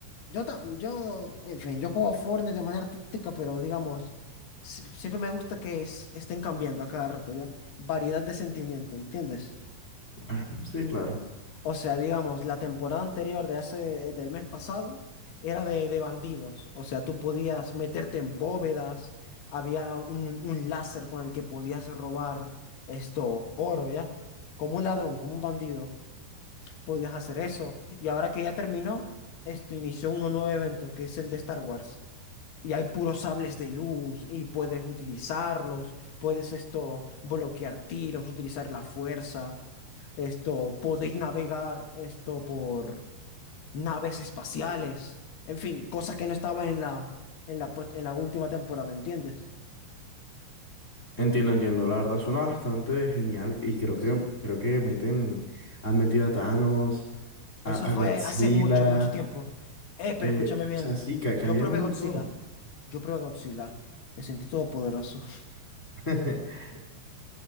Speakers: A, on the left; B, on the left.
A: yo, ta- yo, en fin, yo juego Fortnite de manera táctica, pero digamos, si- siempre me gusta que es- estén cambiando a cada rato, ¿ya? Variedad de sentimiento, ¿entiendes?
B: Ah, Sí, claro.
A: O sea, digamos, la temporada anterior de hace, eh, del mes pasado era de, de bandidos. O sea, tú podías meterte en bóvedas, había un, un láser con el que podías robar esto, oro, ¿ya? Como un ladrón, como un bandido, podías hacer eso. Y ahora que ya terminó, esto inició un nuevo evento, que es el de Star Wars. Y hay puros sables de luz y puedes utilizarlos, puedes esto bloquear tiros, utilizar la fuerza, esto podéis navegar esto por naves espaciales, en fin, cosas que no estaban en la en la pro- en la última temporada, ¿entiendes?
B: Entiendo, entiendo. La verdad suena bastante genial y creo que
A: Sí,
B: creo que meten, han metido a Thanos, a,
A: eso
B: a
A: fue
B: Godzilla,
A: hace mucho, mucho tiempo. Eh, pero
B: eh,
A: escúchame bien,
B: o sea, sí, ca-
A: yo
B: cambian
A: probé
B: un montón.
A: Godzilla, yo probé Godzilla, me sentí todopoderoso. <laughs>
B: <laughs>